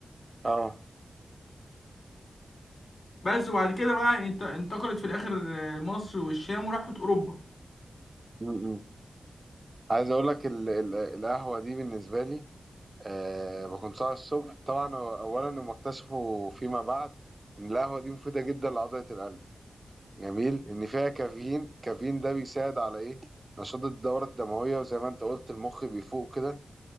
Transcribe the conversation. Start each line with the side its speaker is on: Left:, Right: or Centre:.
Right: اه
Left: بس وبعد كده بقى انت... انتقلت في الاخر آه، مصر والشام وراحت اوروبا
Right: امم عايز اقول لك ال- ال- القهوه دي بالنسبه لي آه بكون صاحي الصبح طبعا اولا هم اكتشفوا فيما بعد ان القهوه دي مفيده جدا لعضله القلب جميل ان فيها كافيين كافيين ده بيساعد على ايه نشاط الدوره الدمويه وزي ما انت قلت المخ بيفوق كده